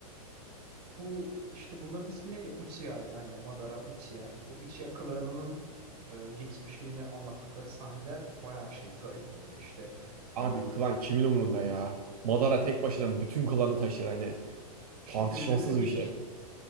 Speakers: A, on the right; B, on the right.
A: Bu işte bunların ismi neydi? Uchiha'ydı aynen. Madara Uchiha. Bu Uchiha klanının e, geçmişini anlattıkları sahneler bayağı şey garip böyle işte.
B: Abi
A: E,
B: klan kimin umrunda ya? Madara tek başına bütün klanı taşır hani.
A: işte
B: Tartışmasız
A: gözünü ilk
B: bir şey.